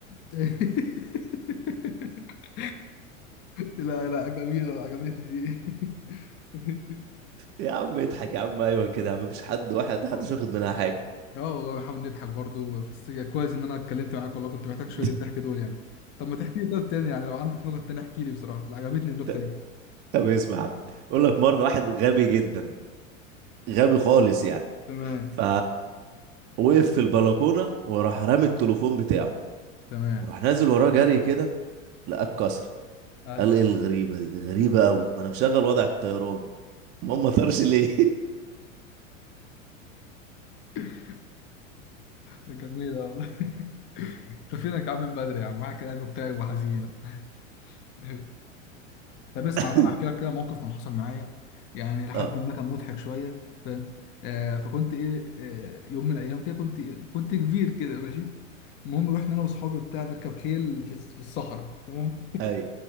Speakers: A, on the left (about 30°); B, on the right (about 30°).
A: <laughs> لا لا جميلة عجبتني دي <laughs>
B: يا عم اضحك يا عم أيوة كده يا عم مفيش حد واحد
A: اه
B: محدش واخد منها حاجة
A: آه والله بنحاول نضحك برضو في السجن كويس ان انا اتكلمت معاك والله كنت محتاج
B: <laughs>
A: شوية الضحك دول يعني طب ما تحكي لي طب تاني يعني لو عندك نقط تانية احكي لي بصراحة لا عجبتني النقطة
B: ط-
A: دي
B: طب اسمع يا عم يقول لك مرة واحد غبي جدا غبي خالص يعني
A: تمام
B: ف وقف في البلكونة وراح رامي التليفون بتاعه
A: تمام
B: وراح نازل وراه جري كده لقاه اتكسر
A: ايوه
B: قال ايه الغريبة دي غريبة قوي ما انا مشغل وضع الطيران ما ما طارش ليه
A: <laughs> جميلة والله انت فينك يا عم من بدري يا عم معاك قاعد مكتئب وحزين <laughs> طب اسمع
B: <laughs>
A: بقى انا هحكي لك كده موقف كان حصل معايا يعني لحد
B: اه
A: ما كان مضحك شويه فاهم آه فكنت ايه آه يوم من الايام كده كنت إيه، كنت كبير كده ماشي المهم رحنا انا واصحابي بتاع نركب خيل في الس- في الصحراء تمام
B: اي